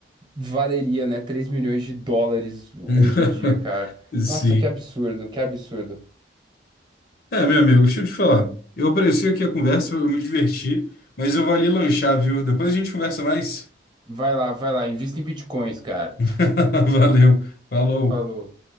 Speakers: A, on the right; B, on the left.
A: valeria, né, 3 milhões de dólares hoje
B: <laughs>
A: em dia, cara.
B: Sim.
A: Nossa, que absurdo, que absurdo.
B: É, meu amigo, deixa eu te falar. Eu apareci aqui a conversa, eu me diverti, mas eu vou ali lanchar, viu? Depois a gente conversa mais.
A: Vai lá, vai lá, invista em bitcoins, cara.
B: <laughs> Valeu, falou.
A: Falou.